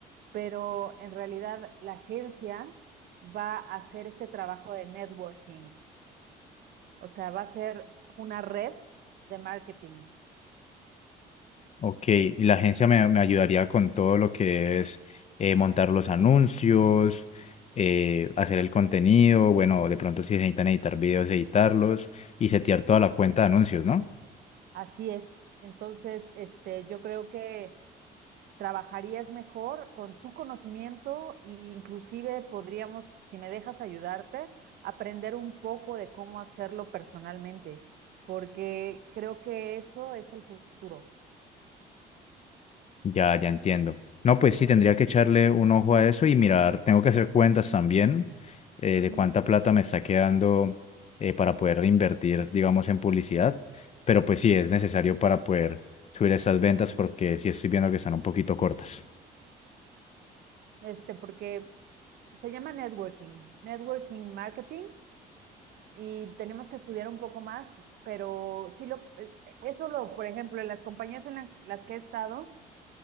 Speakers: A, on the right; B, on the left.
A: pero en realidad la agencia va a hacer este trabajo de networking, o sea, va a ser una red de marketing.
B: Ok, y la agencia me, me ayudaría con todo lo que es eh, montar los anuncios, eh, hacer el contenido, bueno, de pronto si necesitan editar videos, editarlos y setear toda la cuenta de anuncios, ¿no?
A: Así es. Entonces, este, yo creo que trabajarías mejor con tu conocimiento e inclusive podríamos, si me dejas ayudarte, aprender un poco de cómo hacerlo personalmente, porque creo que eso es el futuro.
B: Ya, ya entiendo. No, pues sí, tendría que echarle un ojo a eso y mirar, tengo que hacer cuentas también eh,
A: Ujú.
B: de cuánta plata me está quedando eh, para poder invertir, digamos, en publicidad, pero pues sí, es necesario para poder subir esas ventas porque sí estoy viendo que están un poquito cortas.
A: Este, porque se llama networking, networking marketing, y tenemos que estudiar un poco más, pero sí lo, eh, eso lo, por ejemplo, en las compañías en la- las que he estado,